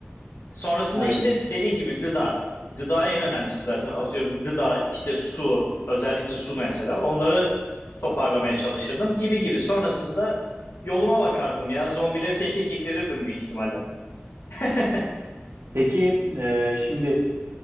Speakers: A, on the left; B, on the right.
A: Sonrasında
B: Aynen.
A: işte dediğin gibi gıda. Gıda en önemlisi zaten atıyorum gıda işte su özellikle su mesela onları toparlamaya çalışırdım gibi gibi. Sonrasında yoluma bakardım ya zombileri tek tek indirirdim büyük ihtimalle. <laughs>
B: Peki e, şimdi